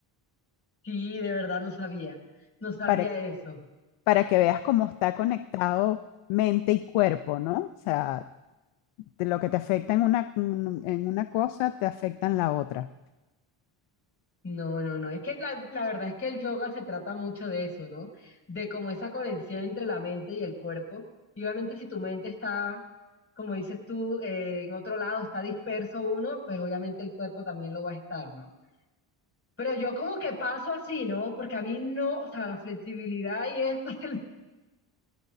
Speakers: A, on the left (about 30°); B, on the left (about 85°).
A: Sí, de verdad no sabía, no sabía
B: Para,
A: eso.
B: para que veas cómo está conectado mente y cuerpo, ¿no? O sea, de lo que te afecta en una, en una cosa te afecta en la otra.
A: No, no, no. Es que la, la verdad es que el yoga se trata mucho de eso, ¿no? De como esa conexión entre la mente y el cuerpo. Y obviamente si tu mente está, como dices tú, eh, en otro lado, está disperso uno, pues obviamente el cuerpo también lo va a estar, ¿no? Pero yo como que paso así, ¿no? Porque a mí no, o sea, la flexibilidad y es, <laughs> pues, el-